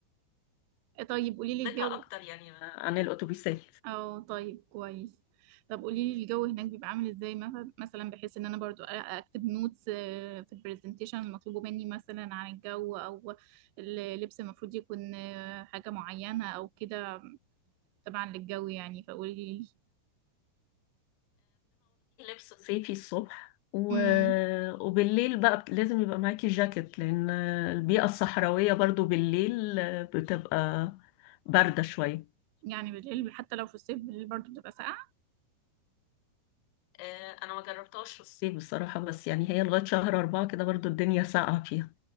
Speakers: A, on the right; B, on the left.
A: إيه طيب قولي لي الجو
B: آه، عن الأتوبيسات
A: اه طيب كويس طب قولي لي الجو هناك بيبقى عامل ازاي مف- مثلا بحيث ان انا برضو أ- اكتب نوتس آه، في البرزنتيشن المطلوبه مني مثلا عن الجو او اللبس المفروض يكون آه، حاجه معينه او كده طبعا للجو يعني فقولي لي
B: صيفي الصبح و...
A: امم
B: وبالليل بقى بت- لازم يبقى معاكي جاكيت لأن البيئة الصحراوية برضو بالليل بتبقى باردة شوية
A: يعني بالليل حتى لو في الصيف بالليل برضو بتبقى ساقعه
B: آه، انا ما جربتهاش في الصيف الصيف بصراحة بس يعني هي لغاية شهر أربعة كده برضو الدنيا ساقعة فيها